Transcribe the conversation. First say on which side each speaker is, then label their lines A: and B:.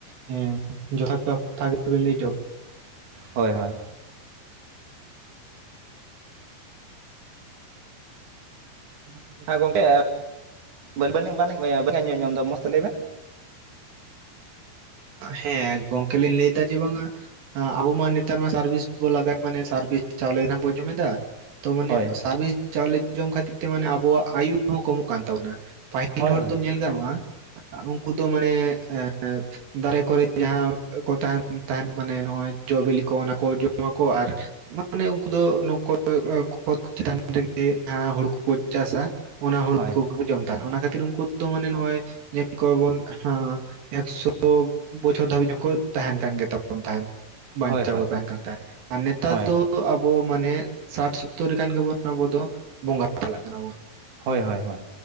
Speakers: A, on the right; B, on the right.
A: ᱦᱮᱸ ᱡᱚᱛᱷᱟᱛ ᱠᱟᱛᱷᱼᱛᱷᱟ
B: ᱦᱳᱭ ᱦᱳᱭ
A: <unintelligible> <unintelligible>
B: ᱦᱮᱸ ᱜᱚᱝᱠᱮ ᱵᱟᱹᱞᱤ ᱵᱟᱹᱧ ᱟᱸᱡᱚᱢ ᱡᱚᱢ ᱫᱚ ᱢᱚᱸᱡᱽ ᱛᱮ ᱞᱟᱹᱭ ᱵᱮᱱ
A: ᱦᱮᱸ ᱜᱚᱝᱠᱮ ᱞᱤᱧ ᱞᱟᱹᱭ ᱮᱫᱟ ᱡᱮ ᱵᱟᱝᱼᱟ ᱦᱚᱸ ᱟᱵᱩ ᱢᱟ ᱱᱮᱛᱟᱨ ᱢᱟ ᱥᱟᱨᱵᱷᱤᱥ ᱵᱚ ᱞᱟᱜᱟᱣ ᱮᱫ ᱢᱟᱱᱮ ᱥᱟᱨᱵᱤᱥ ᱪᱟᱣᱞᱤ ᱦᱚᱸ ᱱᱟᱦᱟᱸᱜ ᱵᱩᱱ ᱡᱚᱢ ᱮᱫᱟ ᱾ ᱛᱚ ᱢᱟᱱᱮ
B: ᱦᱳᱭ
A: ᱥᱟᱨᱵᱤᱥ ᱪᱟᱣᱞᱮ ᱡᱚᱢ ᱠᱷᱟᱹᱛᱤᱨ ᱛᱮ ᱢᱟᱱᱮ ᱟᱵᱚᱣᱟᱜ ᱟᱭᱩ ᱦᱚᱸ ᱠᱚᱢᱚᱜ ᱠᱟᱱ ᱛᱟᱵᱚᱱᱟ ᱯᱟᱹᱦᱤᱞ ᱦᱤᱞ
B: ᱦᱳᱭ
A: ᱦᱚᱲ
B: ᱦᱳᱭ
A: ᱫᱚ ᱧᱮᱞ ᱜᱟᱱᱚᱜᱼᱟ ᱩᱱᱠᱩ ᱫᱚ ᱢᱟᱱᱮ ᱮ ᱫᱟᱨᱮᱹ ᱠᱚᱨᱮᱹ ᱡᱟᱦᱟᱸ ᱠᱚ ᱛᱟᱦᱮᱸᱱ ᱛᱟᱦᱮᱸᱱ ᱢᱟᱱᱮ ᱱᱚᱜᱼᱚᱭ ᱡᱚ ᱵᱤᱞᱤ ᱠᱚ ᱚᱱᱟ ᱠᱚ ᱡᱚᱢ ᱟᱠᱚ ᱟᱨ ᱢᱟᱱᱮ ᱩᱱᱠᱩ ᱫᱚ ᱱᱩᱠᱩ ᱠᱷᱚᱛ ᱪᱮᱛᱟᱱ ᱨᱮᱜᱮ ᱡᱟᱦᱟᱸ ᱦᱩᱲᱩ ᱠᱚᱠᱚ ᱪᱟᱥᱟᱹ ᱚᱱᱟ ᱦᱩᱲᱩ
B: ᱦᱳᱭ
A: ᱠᱚᱜᱮ ᱠᱚ ᱡᱚᱢ ᱛᱟᱦᱮᱱᱟ ᱚᱱᱟ ᱠᱷᱟᱹᱛᱤᱨ ᱩᱱᱠᱩ ᱫᱚ ᱢᱟᱱᱮ ᱱᱚᱜᱼᱚᱭ ᱧᱮᱞ ᱠᱚᱣᱟ ᱵᱚᱱ ᱦᱟᱸ ᱮᱠᱥᱚ ᱛᱚ ᱵᱚᱪᱷᱚᱨ ᱫᱷᱟᱹᱵᱤᱡ ᱦᱚᱸᱠᱚ ᱛᱟᱦᱮᱸᱱ ᱠᱟᱱ ᱜᱮ ᱛᱟᱵᱚᱱ ᱛᱟᱦᱮᱸᱫ ᱵᱟᱧᱪᱟᱣ
B: ᱦᱳᱭ ᱦᱳᱭ
A: ᱠᱚ ᱛᱟᱦᱮᱸᱱ ᱠᱟᱱ ᱛᱟᱦᱮᱸᱫ ᱟᱨ ᱱᱮᱛᱟᱨ
B: ᱦᱳᱭ
A: ᱫᱚ ᱟᱵᱚ ᱢᱟᱱᱮ ᱥᱟᱴ ᱥᱳᱛᱳᱨ ᱨᱮᱠᱷᱟᱱ ᱜᱮ ᱵᱚᱱ ᱟᱵᱚ ᱫᱚ ᱵᱚᱸᱜᱟ ᱪᱟᱞᱟᱜ ᱠᱟᱱᱟ ᱵᱚᱱ
B: ᱦᱳᱭ ᱦᱳᱭ ᱦᱳᱭ